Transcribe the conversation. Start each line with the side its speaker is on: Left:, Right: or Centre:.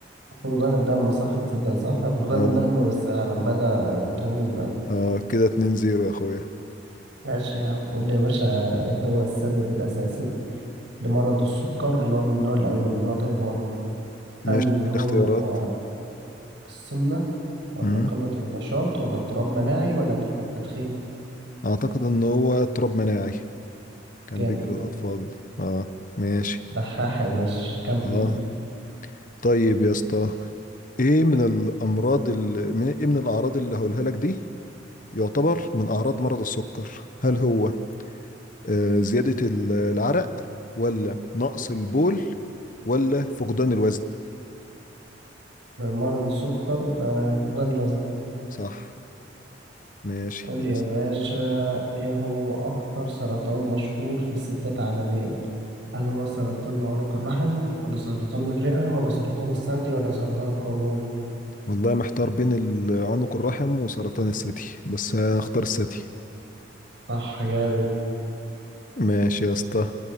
Right: فقدان الدم صح تصدق صح فقدان
Left: اه
Right: الدم بس على مدى طويل بقى
Left: اه كده 2 0 يا اخويا
Right: ماشي يا عم قول لي يا باشا إيه هو السبب الأساسي لمرض السكر اللي هو من النوع الأول اللي هو تايب 1
Left: ماشي
Right: هل
Left: اديني
Right: هو
Left: اختيارات
Right: السمنة ولا
Left: مم.
Right: قلة النشاط ولا اضطراب مناعي ولا تدخين
Left: اعتقد ان هو اضطراب مناعي كان
Right: جامد
Left: بيجي للأطفال اه ماشي
Right: دحاح يا باشا كم
Left: اه طيب يا اسطى ايه من الأمراض ال... من- ايه من الأعراض اللي هقولها لك دي يعتبر من أعراض مرض السكر هل هو آه زيادة ال- العرق ولا نقص البول ولا فقدان الوزن
Right: مرض السكر آه، فقدان الوزن
Left: صح ماشي
Right: قول
Left: اسأل.
Right: لي يا باشا ايه هو أكتر سرطان مشهور في الستات عالميا هل هو سرطان عنق الرحم ولا سرطان الرئة ولا سرطان الثدي ولا سرطان القولون
Left: والله محتار بين ال- عنق الرحم وسرطان الثدي بس هختار الثدي
Right: صح جامد
Left: ماشي يا اسطى